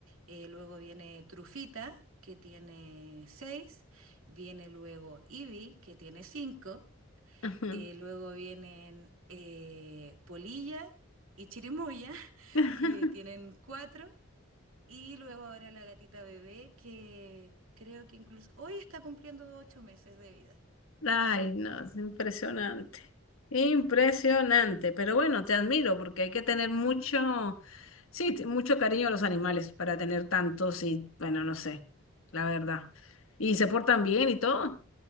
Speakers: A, on the right (about 75°); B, on the left (about 75°).
A: Eh, luego viene Trufita, que tiene 6. Viene luego Ivy, que tiene 5.
B: Ujú.
A: Eh, luego vienen eh, Polilla y Chirimoya, <laughs>
B: <laughs>
A: que tienen cuatro. Y luego ahora la gatita bebé, que creo que incluso hoy está cumpliendo ocho meses de vida.
B: Ay, no, es impresionante. Impresionante, pero bueno, te admiro porque hay que tener mucho, sí, t- mucho cariño a los animales para tener tantos y, bueno, no sé, la verdad. Y se portan bien y todo.